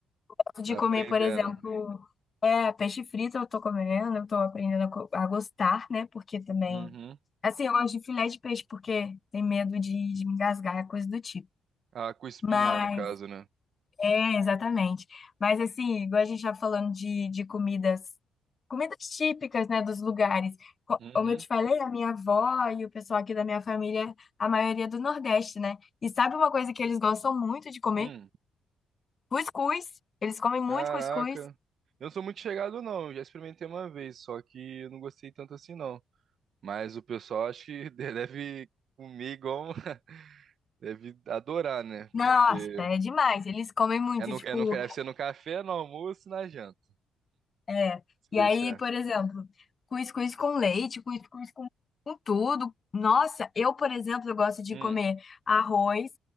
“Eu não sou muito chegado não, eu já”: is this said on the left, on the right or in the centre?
Right